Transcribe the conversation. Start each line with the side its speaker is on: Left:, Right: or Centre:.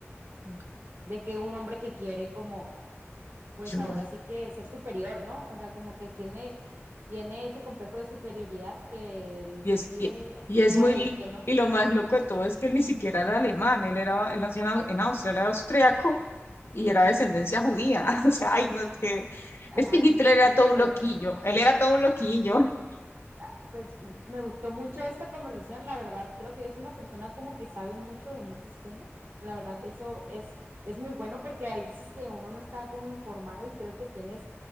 Right: Sí. De que un hombre que quiere como pues
Left: Yo
Right: ahora
Left: no,
Right: sí que ser superior, ¿no? O sea, como que tiene, tiene ese complejo de superioridad que él
Left: Y
Right: decide
Left: es, y, y
Right: quién
Left: es
Right: muere
Left: muy,
Right: y quién no.
Left: y lo más loco de todo es que él ni siquiera era alemán, él era, él nació en Au- en Austria, él era austriaco y era de descendencia judía. <laughs> O sea, ay, no es que,
Right: Ajá,
Left: es que Hitler
Right: es
Left: era
Right: controversial.
Left: todo un loquillo, él era todo un loquillo. <laughs>
Right: Ah, Pues m- me gustó mucho esta conversación, la verdad, creo que eres una persona como que sabe mucho de muchos temas. La verdad, eso es, es muy bueno porque hay veces que uno no está como informado y creo que tienes